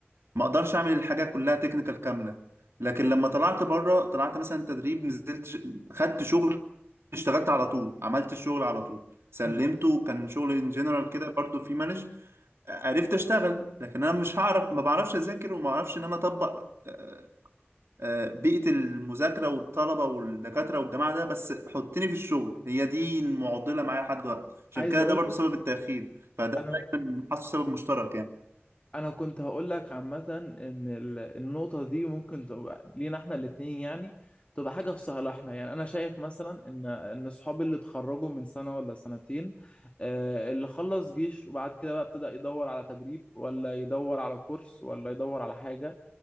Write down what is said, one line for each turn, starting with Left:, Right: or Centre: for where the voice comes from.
Right: ما اقدرش اعمل الحاجه كلها تكنيكال كامله لكن لما طلعت بره طلعت مثلا تدريب نزلت ش... خدت شغل اشتغلت على طول عملت الشغل على طول سلمته
Left: مم.
Right: وكان شغل ان جنرال كده برضو في مانج عرفت اشتغل لكن انا مش هعرف ما بعرفش اذاكر وما بعرفش ان انا اطبق آه، آه، بيئة المذاكرة والطلبة والدكاترة والجماعة ده بس حطني في الشغل هي دي المعضلة معايا لحد دلوقتي عشان
Left: عايز
Right: كده
Left: اقول
Right: ده برضو
Left: لك
Right: سبب التأخير فده
Left: انا
Right: دايما حاسه سبب مشترك يعني
Left: انا كنت هقول لك عامه ان ال- النقطه دي ممكن تبقى لينا احنا الاتنين يعني تبقى حاجه في صالحنا يعني انا شايف مثلا ان ان صحابي اللي اتخرجوا من سنه ولا سنتين آه، اللي خلص جيش وبعد كده بقى ابتدى يدور على تدريب ولا يدور على كورس ولا يدور على حاجه